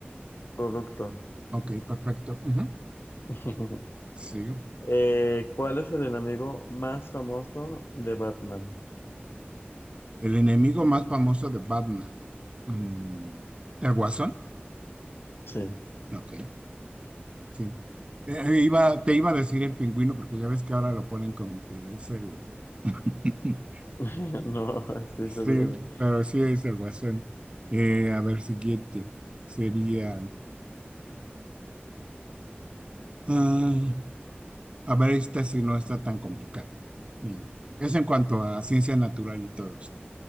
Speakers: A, on the left (about 65°); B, on the right (about 30°).
A: Producto.
B: Ok, perfecto. Ujú,
A: <laughs>
B: Sí.
A: Eh, ¿cuál es el enemigo más famoso de Batman?
B: El enemigo más famoso de Batman. Mm, ¿El Guasón?
A: Sí.
B: Ok, sí. Eh, eh, iba, te iba a decir el pingüino porque ya ves que ahora lo ponen como que es el... <laughs>
A: <laughs> No, este
B: Sí,
A: es el, el-
B: pero sí es el Guasón. Eh, a ver, siguiente. Sería... ah, a ver, esta si no está tan complicada. Mm, Es en cuanto a ciencia natural y todo esto.